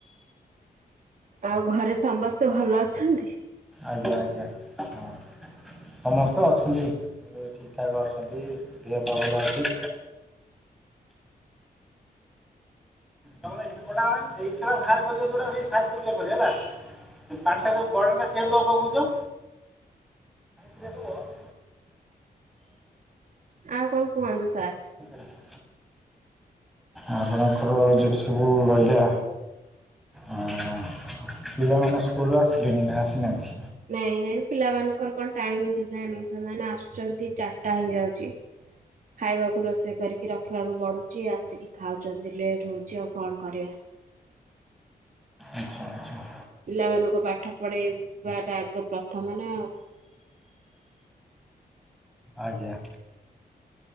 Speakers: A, on the right; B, in the centre.
A: ଆଉ ଘରେ ସମସ୍ତେ ଭଲ ଅଛନ୍ତି?
B: ଆଜ୍ଞା ଆଜ୍ଞା ହଁ। ସମସ୍ତେ ଅଛନ୍ତି ଏବେ ଠିକ ଠାକ୍ ଅଛନ୍ତି ଦେହପା ଭଲ ଅଛି। ତମେ ସେପଟା ଆ ସେଇ ଖେଳ ବାହାର କରିବା ଦୋଉଟା ସେଇ ସ ପରେ ହେଲା ପାଟା ଗୋଡଟା ସି ଦବା ପକଛ କେତ ବା <unintelligible>
A: ଆଉ କଣ କୁହନ୍ତୁ ସାର୍
B: <unintelligible> ଆପଣଙ୍କର ଯଉ ସବୁ ରହିଲା। ଅଁ ପିଲାମାନେ ସ୍କୁଲରୁ ଆସିଲେଣି ନା ଆସିନାହାନ୍ତି?
A: ନାଇଁ ନାଇଁ ପିଲାମାନଙ୍କର କଣ ଟାଇମ ହେଲାଣି ସେମାନେ ଆସୁଛନ୍ତି ଚାରିଟା ହେଇଯାଉଛି। ଖାଇବାକୁ ରୋଷେଇ କରିକି ରଖିବାକୁ ପଡୁଛି ଆସିକି ଖାଉଛନ୍ତି। ଲେଟ୍ ହଉଛି ଆଉ କଣ କରିବା।
B: ଆଚ୍ଛା ଆଚ୍ଛା।
A: ପିଲାମାନଙ୍କୁ ପାଠ ପଢ଼ାଇବାଟା ଆଗ ପ୍ରଥମ ନା।
B: ଆଜ୍ଞା।